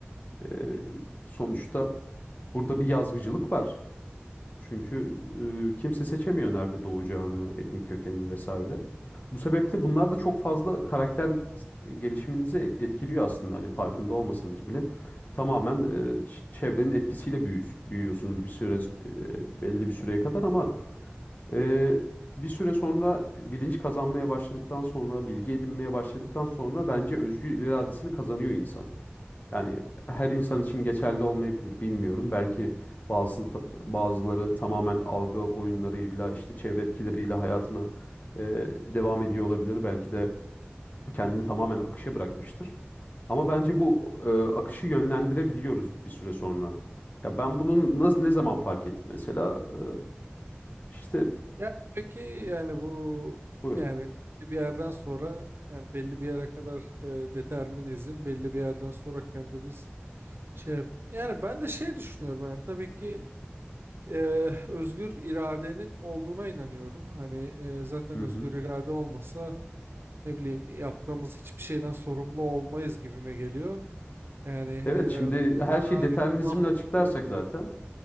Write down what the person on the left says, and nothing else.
e, sonuçta burada bir yazgıcılık var. Çünkü e, kimse seçemiyor nerede doğacağını, etnik kökenini vesaire. Bu sebeple bunlar da çok fazla karakter gelişiminizi etkiliyor aslında. Hani farkında olmasanız bile tamamen e, ç- çevrenin etkisiyle büyü- büyüyorsunuz bir süre e, belli bir süreye kadar ama e, bir süre sonra bilinç kazanmaya başladıktan sonra, bilgi edinmeye başladıktan sonra bence özgür iradesini kazanıyor insan. Yani her insan için geçerli olmayabilir bilmiyorum. Belki bazı bazıları tamamen algı oyunlarıyla işte çevre etkileriyle hayatına e, devam ediyor olabilir. Belki de kendini tamamen akışa bırakmıştır. Ama bence bu e, akışı yönlendirebiliyoruz bir süre sonra. Ya ben bunun nasıl, ne zaman fark ettim mesela? E, işte
buyurun.
Hı
hı.
Evet şimdi her
şeyi determinizmle
açıklarsak
zaten